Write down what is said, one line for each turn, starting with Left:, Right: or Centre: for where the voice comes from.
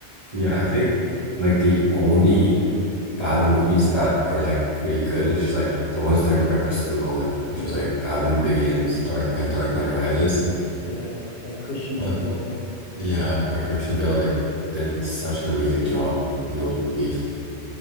Right: Yeah, I think like the only
Left: like
Right: Batman
Left: critically,
Right: movies that are like pretty good. It's just like the ones directed by Christopher Nolan, which
Left: yeah,
Right: is like Batman Begins, Dark Knight, Dark Knight Rises.
Left: yeah, like Christian
Right: But
Left: Bale.
Right: yeah, like Christian Bale like did such an amazing job in those
Left: Um,
Right: movies.